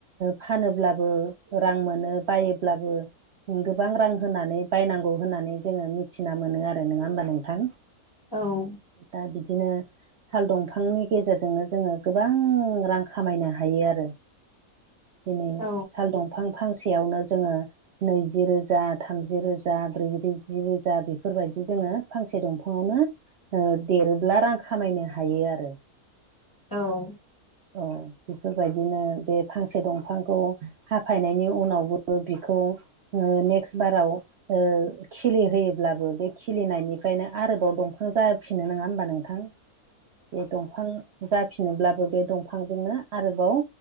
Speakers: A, on the right; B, on the left.
A: फानोब्लाबो रां मोनो बायोब्लाबो गोबां रां होनानै बायनांगौ होननानै जोङो मिथिना मोनो आरो नङा होमबा नोंथां
B: औ
A: दा बिदिनो साल दंफांनि गेजेरजोंनो जोङो गोबां रां खामायनो हायो आरो दिनै
B: औ
A: साल दंफां फांसेयावनो जोङो नैजि रोजा थामजि रोजा ब्रैिजि रोजा बेफोरबायदि जोङो फांसे दंफाङावनो ओ देरोब्ला रां खामायनो हायो आरो
B: औ
A: औ बेफोरबायदिनो बे फांसे दंफांखौ हाफायनायनि उनावबो बिखौ नेक्स्ट बाराव खिलि होयोब्लाबो बे खिलिनायनिफ्रायनो आरोबाव दंफां जाफिनो नङा होमबा नोंथां बे दंफां जाफिनोब्लाबो बे दंफांजोंनो आरोबाव